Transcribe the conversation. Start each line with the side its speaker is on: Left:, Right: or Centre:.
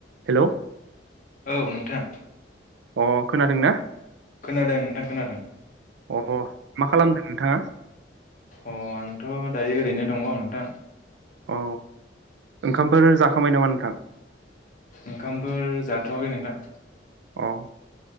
Right: Hello
Left: औ नोंथां
Right: अ खोनादों ना?
Left: खोनादों नोंथां खोनादों।
Right: अ मा खालामदों नोंथाङा?
Left: अ नोंथांआ दायो ओरैनो दङ नोंथां?
Right: अ ओंखामफोर जाखांबाय नामा नोंथां?
Left: ओंखामफोर जाथ'वाखै नोंथां।
Right: औ।